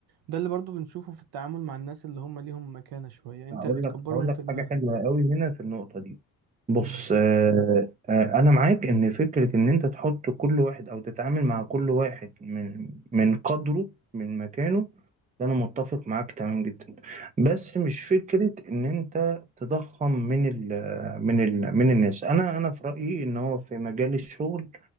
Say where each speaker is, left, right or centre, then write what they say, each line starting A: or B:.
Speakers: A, on the right (about 80°); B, on the right (about 20°).
A: ده اللي برضو بنشوفه في التعامل مع الناس اللي هم ليهم مكانة شوية أنت
B: هقول
A: اللي بتكبرهم
B: لك هقول لك
A: في دماغك
B: حاجة حلوة قوي هنا في النقطة دي بص
A: مم.
B: آه، آه، أنا معاك إن فكرة إن أنت تحط كل واحد أو تتعامل مع كل واحد من من قدره من مكانه ده أنا متفق معاك تمام جدا بس مش فكرة إن أنت تضخم من ال من ال من الناس أنا أنا في رأيي إن هو في مجال الشغل